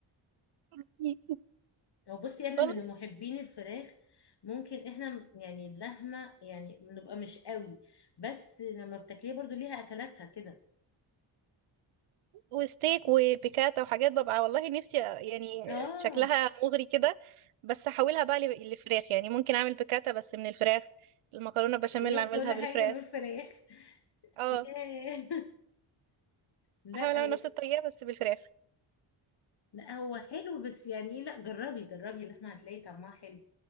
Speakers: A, on the right; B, on the left.
A: <laughs>
B: هو بصي انا
A: والله
B: من محبين الفراخ ممكن احنا يعني اللحمه يعني بنبقى مش قوي بس لما بتاكليها برضو ليها اكلاتها كده
A: وستيك وبيكاتا وحاجات ببقى والله نفسي يعني
B: اه
A: شكلها مغري كده بس احولها بقى ل- لفراخ يعني ممكن اعمل بيكاتا بس من الفراخ المكرونه بشاميل
B: يعني
A: اعملها
B: هي كل حاجه
A: بالفراخ
B: من الفراخ <laughs>
A: اه
B: ياه. لا
A: احاول اعمل
B: هي-
A: نفس الطريقه بس بالفراخ
B: لا هو حلو بس يعني ايه لا جربي جربي اللحمه هتلاقي طعمها حلو